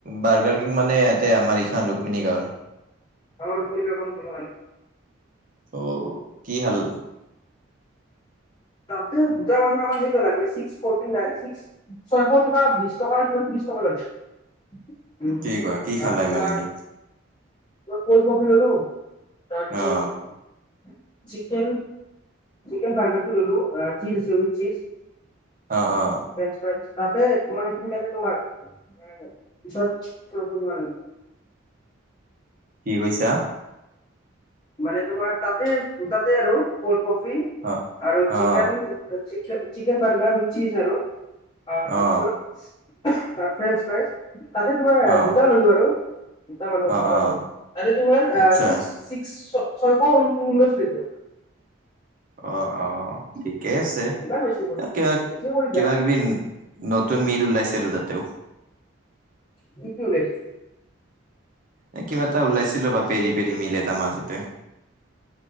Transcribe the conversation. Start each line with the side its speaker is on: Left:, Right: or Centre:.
Right: বাৰ্গাৰ কিনং মানে ইয়াতে আমাৰ ইখান ৰুক্মিণী গাঁৱৰ
Left: আ কব ক ব মে <unintelligible>
Right: ত' কি হাল
Left: ত দুটা মানুহৰ আমাৰ সেইটো লাগ ছিক্স ফ'ৰটিন নাইন কিবা টকা লাগিব ত্ৰিছ টকা লাগে উ
Right: কি কোৱা কি খালা
Left: তোমাৰ
Right: ইমানেদি
Left: ক'লড কফি ললো তাৰপিছত
Right: অ
Left: চিকেন চিকেন বাৰ্গাৰটো ললো চিজ আছে উইথ চীজ
Right: অ
Left: আৰু
Right: অ
Left: ফ্ৰেঞ্চ ফ্ৰাইজ তাতে মান তুমি ত'তে তোমাৰ পিছত <unintelligible>
Right: কি কৈছা।
Left: মানে তোমাৰ তাতে, তাতে আৰু ক'ল্ড কফি
Right: অ
Left: আৰু
Right: অ
Left: চিকেন, চিকেন বাৰ্গাৰ ঐত চিজ আৰু তাৰপিছত
Right: অ
Left: ফ্ৰেঞ্চ ফ্ৰাইজ তাতে তোমাৰ
Right: অ
Left: দুটা ললো আৰু। দুটা মানুহৰ
Right: অ অ
Left: তৰে <unintelligible> তোমাৰ
Right: আচ্ছা
Left: চিক্স চিক্স ছয়শ উনৈশ হৈছে।
Right: অ', অ', ঠিকে আছে
Left: ইমান বেছি গ'ল
Right: কিবা,
Left: বেছি কৰি
Right: কিবা
Left: যায়
Right: কিবি নতুন মিদ উলাইছেটো তাতেওঁ।
Left: কি কি ওলাইছে।
Right: এই কিবা এটা ওলাইছিল ৰবা পেৰি, পেৰি মিলে তাৰ মাজতে।